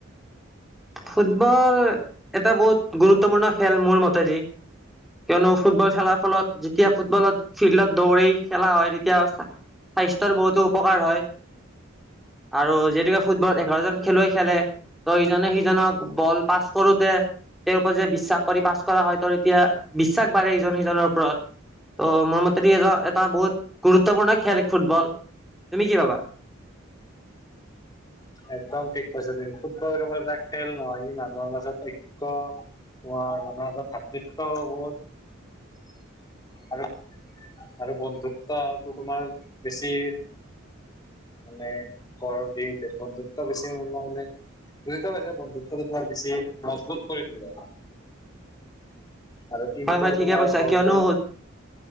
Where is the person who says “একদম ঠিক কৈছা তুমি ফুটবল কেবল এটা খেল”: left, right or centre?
Left